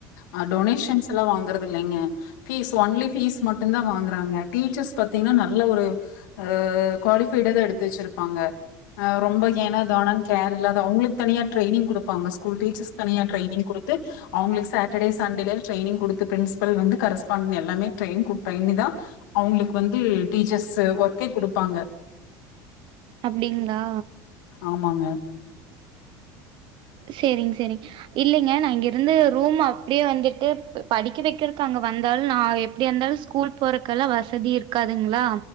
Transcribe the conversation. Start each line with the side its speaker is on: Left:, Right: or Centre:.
Left: ஆ டொனேஷன்ஸ் எல்லா வாங்குறது இல்லிங்க ஃபீஸ் ஒன்லி ஃபீஸ் மட்டு தா வாங்குறாங்க டீச்சர்ஸ் பாத்தீங்கன்னா நல்ல ஒரு ஆ குவாலிபைடா தா எடுத்து வெச்சிருப்பாங்க ஆ ரொம்ப ஏனோ தோ கேர் இல்லாது அவங்களுக்கு தனியா ட்ரைனிங் குடுப்பாங்க ஸ்கூல் டீச்சர்ஸ்க்கு தனியா ட்ரைனிங் குடுத்து அவங்களுக்கு சாட்டர்டே சண்டேல ட்ரைனிங் குடுத்து ஃபிரிண்ஸ் பல் வந்து கரஸ்பாண்ட எல்லாமே ட்ரைன் குடுத்து ட்ரைன் பண்ணிதா அவங்களுக்கு வந்து டீச்சர்ஸ் ஒர்கே குடுப் பாங்க
Right: அப்டீங்ளா
Left: ஆமாங்க
Right: சேரிங் சேரிங் இல்லிங்க நா இங்கிருந்து ரூம் அப்டியே வந்துட்டு படிக்க வைக்கிறக்கு அங்க வந்தாலு நா எப் எப்டியா இருந்தாலு ஸ்கூல் போறக்கெல்லா வசதி இருக்காதுங்ளா